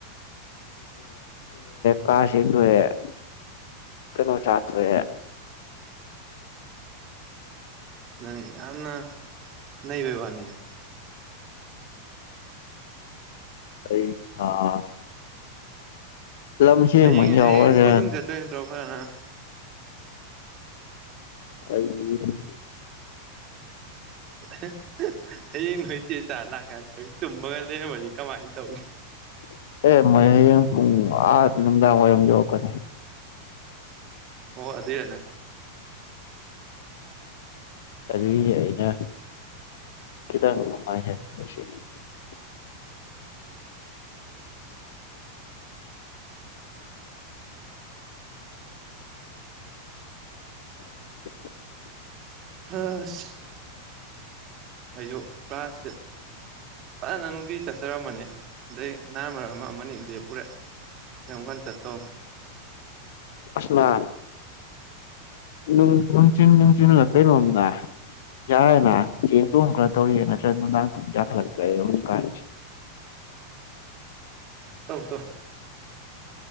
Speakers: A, on the left; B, on the right.
A: <unintelligible> ꯀꯅꯣ ꯆꯥꯇꯣꯑꯦ
B: ꯅꯪ ꯌꯥꯝꯅ ꯅꯩꯕꯩꯋꯥꯅꯤꯅꯦ
A: ꯑꯩ ꯑꯥ ꯂꯝꯆꯦꯟ
B: ꯍꯌꯦꯡ
A: ꯃ ꯋꯥꯎꯑꯣꯔ
B: ꯍꯌꯦꯡ ꯀꯣꯆꯤꯡ ꯆꯠꯇꯣꯏ ꯅꯠꯇ꯭ꯔꯣ ꯐꯖꯅ
A: <inaudible>
B: <unintelligible> ꯍꯌꯦꯡ ꯅꯣꯏ ꯏꯆꯦ ꯆꯥ ꯂꯥꯛꯑꯀꯥꯟ ꯅꯪ ꯇꯨꯝꯃꯒ ꯂꯩꯔꯝꯃꯗꯤ ꯀꯃꯥꯏ ꯇꯧꯅꯤ
A: <unintelligible> ꯑꯥ ꯅꯨꯡꯗꯥꯡ ꯋꯥꯏꯔꯝ ꯌꯧꯔꯛꯀꯅꯤ
B: ꯑꯣ ꯑꯗꯨꯏꯔ ꯅꯪ
A: ꯑꯗꯒꯤ ꯑꯩꯅ ꯈꯤꯇꯪ <unintelligible> <inaudible>
B: ꯍꯁ ꯑꯩꯁꯨ ꯀ꯭ꯂꯥꯁꯁꯦ ꯐꯟꯅ ꯅꯨꯡꯇꯤ ꯆꯠꯆꯔꯝꯕꯅꯦ ꯑꯗꯩ ꯅ ꯃꯔꯛ ꯑꯃ ꯑꯃꯅꯤ ꯂꯦꯞꯄꯨꯔꯦ <unintelligible>
A: ꯑꯁ ꯅꯍꯥꯟ ꯅꯨꯡ ꯅꯨꯡꯊꯤꯜ ꯅꯨꯡꯊꯤꯜꯂ ꯀꯩꯅꯣꯝ ꯅꯥꯏ ꯌꯥꯔꯦꯅ <unintelligible> ꯅꯨꯡꯗꯥꯡ ꯄꯨꯡ ꯀꯌꯥ ꯊꯥꯟꯒ꯭ꯔꯦ ꯍꯧꯖꯤꯛꯀꯥꯟꯖꯦ <inaudible>
B: ꯇꯧ ꯇꯧ